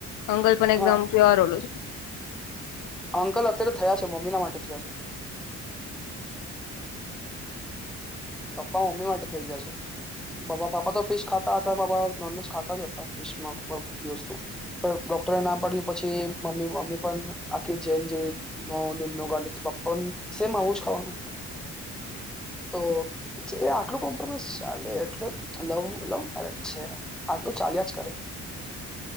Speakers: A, on the left; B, in the centre.
A: અંકલ પણ એકદમ
B: હા
A: પ્યોર ઓલું
B: અંકલ અત્યારે થયા છે મમ્મીના માટે થયા છે પપ્પા મમ્મી માટે થઇ ગયા છે બા બાપા તો ફીશ ખાતા હતા બાપા નોનવેજ ખાતા જ હતા ફીશ માં દિવસ વસ્તુ પણ ડોક્ટર નામ પડ્યું પછી મમ્મી મમ્મી પણ આખી જેન જેવી ગા પપ્પા પણ સેમ. હું જ ખાવાનું? તો એ આટલું કોમ્પ્રોમાઈઝ ચા છે આટલું ચાલ્યા જ છે કરે